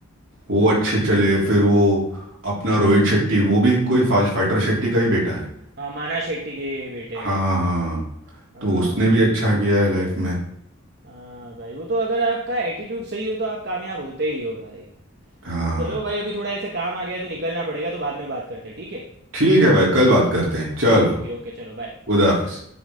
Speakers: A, on the right (about 65°); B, on the right (about 55°).
A: वो
B: हाँ
A: अच्छे चले फिर वो अपना रोहित शेट्टी वो भी कोई फाज- फाइटर शेट्टी का ही बेटा है
B: हाँ माना शेट्टी के बेटे
A: हाँ
B: हैं
A: हाँ
B: हाँ
A: तो उसने
B: भाई
A: भी अच्छा किया है लाइफ में
B: हाँ भाई वो तो अगर आपका एटीट्यूड सही हो तो आप कामयाब होते ही हो भाई
A: हाँ
B: चलो भाई अभी थोड़ा ऐसे काम आ गया है तो निकलना पड़ेगा तो बाद में बात करते हैं ठीक है
A: ठीक है भाई कल बात करते हैं चलो
B: ओके ओके चलो बाय
A: खुदा हाफिज